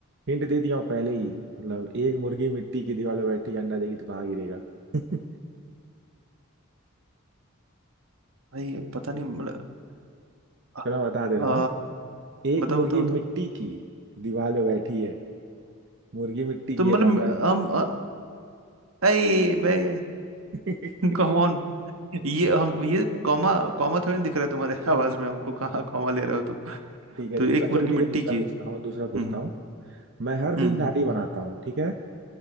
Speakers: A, on the right; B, on the right.
A: हिंट दे दिया हूँ पहले ही मतलब एक मुर्गी मिट्टी की दीवार पे बैठी है अंडा देगी तो कहाँ गिरेगा <laughs> चलो
B: भाई पता नहीं मतलब आ,
A: मैं बता दे रहा
B: आ,
A: हूँ एक
B: बताओ
A: मुर्गी
B: बताओ बताओ
A: मिट्टी की दीवार पे बैठी है मुर्गी मिट्टी
B: तो
A: की
B: मतलब
A: है तो अंडा
B: हम आ, अरे भाई
A: ठीक
B: कम ऑन ये हम ये कॉमा कॉमा थोड़ी ना दिख रहा है तुम्हारे <laughs> आवाज में हमको कहाँ कॉमा ले रहे हो तुम
A: है
B: तो
A: दूसरा
B: एक
A: चलो
B: मुर्गी
A: ठीक
B: मिट्टी
A: है दूसरा
B: की
A: पूछता हूँ दूसरा
B: हम्म
A: पूछता
B: हम्म
A: हूँ मैं हर
B: हम्म,
A: दिन
B: हम्म,
A: दाढ़ी
B: हम्म।
A: बनाता हूँ ठीक है